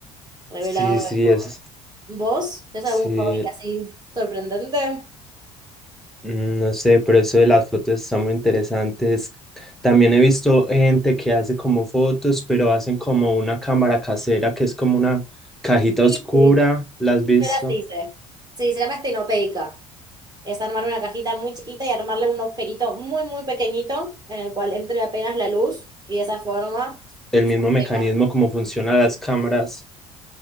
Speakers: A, on the right; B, in the centre.
A: Revelado
B: Sí, sí,
A: de fotos.
B: es,
A: ¿Vos? ¿Tenés
B: sí,
A: algún hobby así sorprendente?
B: mm, no sé, pero eso de las fotos está muy interesantes. También he visto gente que hace como fotos, pero hacen como una cámara casera que es como una cajita oscura,
A: Sí, sí.
B: ¿la has visto?
A: Yo las hice. Sí, se llama estenopeica. Es armar una cajita muy chiquita y armarle un agujerito muy, muy pequeñito en el cual entre apenas la luz y de esa forma
B: El mismo mecanismo
A: la imagen.
B: como funcionan las cámaras.